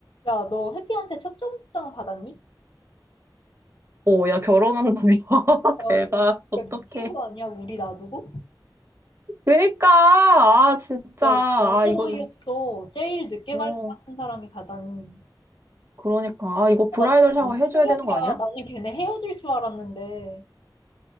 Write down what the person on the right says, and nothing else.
오, 야, 결혼한다며. <laughs>
대박. 어떡해.
그니까, 아, 진짜.
아,
이거,
어,
그러니까. 아, 이거 브라이덜
샤워 해줘야
되는 거 아니야?